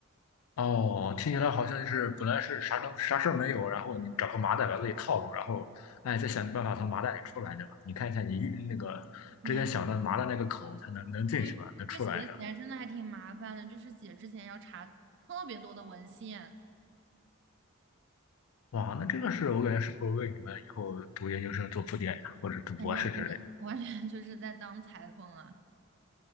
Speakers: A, on the left; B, on the right.
A: 哦，听起来好像就是本来是啥都啥事儿没有，然后你找个麻袋把自己套住，然后哎再想办法从麻袋里出来，对吧？你看一下你那个之前想的麻的那个口，
B: 没，
A: 它能能进去吗？
B: 错，
A: 能出来？
B: 这个写起来真的还挺麻烦的，就是写之前要查特别多的文献，
A: 哇，那这个是我感觉是不是为你们以后读研究生做铺垫呀，或者读博士之类
B: 感觉完全完全 <laughs> 就是在当裁缝啊。